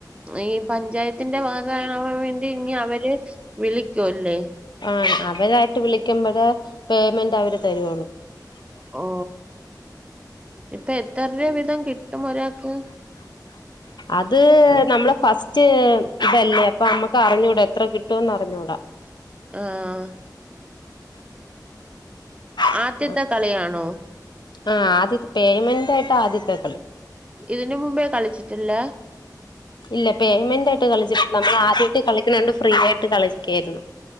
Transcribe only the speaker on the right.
ഈ പഞ്ചായത്തിന്റെ ഭാ കാവാൻ വേണ്ടി ഇനി അവര് വിളിക്കുംല്ലേ
ഓ ഇപ്പൊ എത്രർവ വിധം കിട്ടും ഒരാൾക്ക്
ആഹ
ആദ്യത്തെ കളിയാണോ
ഇതിന്ന മുമ്പേ കളിച്ചിട്ടില്ല